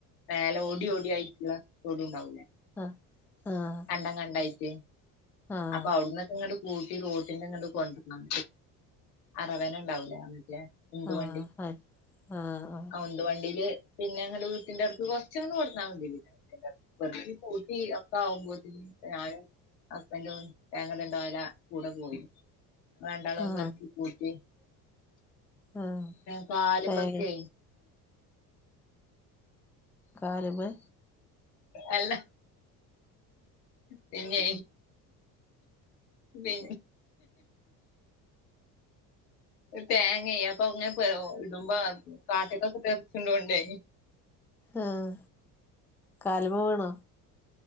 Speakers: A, on the left; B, in the centre.
A: മേലെ ഓടി ഓടി ആയിട്ടുള്ള തൊടു ണ്ടാവൂല്ല
B: ആഹ് ആഹ്
A: കണ്ടം കണ്ടായിട്ട്
B: ആഹ്
A: അപ്പൊ അവിടന്നൊക്കെ ങ്ങട്ട് കൂട്ടി റോട്ടിന്റെങ്ങട്ട് കൊണ്ടര്ണം അറവന ണ്ടാവൂലേ ആ മറ്റേ ഉന്തു
B: ആഹ്
A: വണ്ടി
B: ആഹ് ആഹ്
A: ആ ഉന്ത് വണ്ടീല് പിന്നെ ങ്ങട്ട് വീട്ടിന്റെ അടുത്ത് കൊറച്ചങ്ങട്ട് കൊട്ന്നാമതി പെർക്കി കൂട്ടി ഒക്കെ ആകുമ്പോക് ഞാനും ഹസ്ബന്റും തേങ്ങട്‌ണ്ടോലെ കൂടെ പോയി ഞങ്ങള് രണ്ടാളും
B: ആഹ്
A: അത് പെറ്ക്കികൂട്ടി
B: ആഹ്
A: കാല്മക്ക്
B: തേങ്ങ കാല്മ്മെ
A: അല്ല പിന്നെ പി തേങ്ങ അപ്പംങ്ങനെ ഇടുമ്പ കാട്ട്ക്കൊക്കെ തെറിക്ക്ണതോണ്ട്
B: ഉം കാല്മ്മ വീണൊ